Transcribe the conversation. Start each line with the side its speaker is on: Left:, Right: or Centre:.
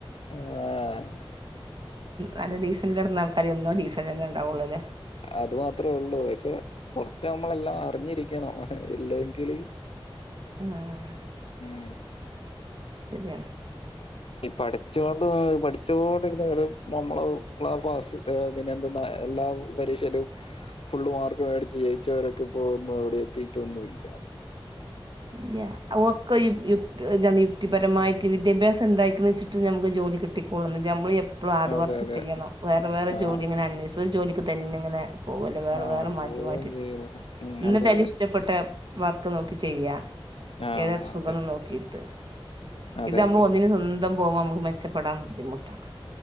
Left: ആഹ്
Right: നല്ല ഡീസെന്ററിൽ കിടന്ന ആൾക്കാർ ഒ എന്നും ഡീസന്റ് തന്നെ ഉണ്ടാവുകുള്ളൂ അല്ലേ
Left: അതു മാത്രേ ഉള്ളൂ പക്ഷെ കുറച്ച് നമ്മളെല്ലാം അറിഞ്ഞിരിക്കണം ഇല്ലെങ്കില്
Right: ആ ആ
Left: ഉം
Right: ശരിയാണ്
Left: പഠിച്ചൊണ്ട് പഠിച്ചൊണ്ടിരുന്നവര് നമ്മള പാസ് പിന്നെ എന്തെന്നാ എല്ലാ പരീക്ഷയിലും ഫുള്ള് മാർക്ക് മേടിച്ച് ജയിച്ചവരൊക്കെ ഇപ്പോ ഒന്നും എവിടെ എത്തിട്ടൊന്നും ഇല്ല
Right: ല്യ അ ഓകൊയ് <unintelligible> പരമായിക്ക്‌ വിദ്യാഭ്യസംണ്ടായ്ക്ണ്ച്ചിട്ട് നമുക്ക് ജോലി കിട്ടിക്കോൾണംന്നില്ല മ്മളീ പ്പൊ ഹാർഡ്
Left: അതെ
Right: വർക്ക്
Left: അതെ
Right: ചെയ്യണം. വേറെ വേറെ
Left: ആഹ്
Right: ജോലിങ്ങനെ അന്വേഷി ഒരു ജോലിക്ക് തന്നെ ങ്ങനെ പോവലേ വേറെ
Left: ആഹ്
Right: വേറെ മാറ്റി
Left: പോവുകയും
Right: മാറ്റി
Left: ചെയ്യും ഉം
Right: ന്നിട്ടാലും
Left: അതെ അതെ
Right: ഇഷ്ടപ്പെട്ട വർക്ക് നോക്കി ചെയ്യ
Left: ആഹ്
Right: ഏത സുഖം
Left: അതെ
Right: നോക്കിയിട്ട്
Left: അതെ
Right: ഇത് അമ്മു
Left: അതെ
Right: ഒന്നിന് സ്വന്തം പോവോ മുക്ക് മെച്ചപ്പെടാൻ ബുദ്ധിമുട്ടാണ്.